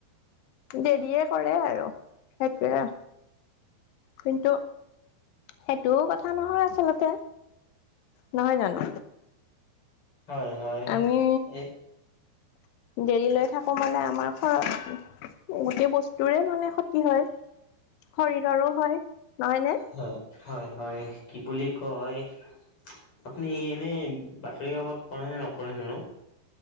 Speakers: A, on the left; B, on the left.
A: দেৰিয়ে কৰে আৰু সেইটোৱে। কিন্তু সেইটোও কথা নহয় আচলতে। নহয় জানো?
B: হয় হয়
A: আমি
B: সেই
A: দেৰি লৈ থাকো মানে আমাৰ খৰচ গোটেই বস্তুৰে মানে ক্ষতি হয় শৰীৰৰো হয় নহয় নে?
B: হয়-হয়-হয় কি বুলি কয় আপুনি এনে বাতৰি কাকত পঢ়ে নে নপঢ়ে ন'?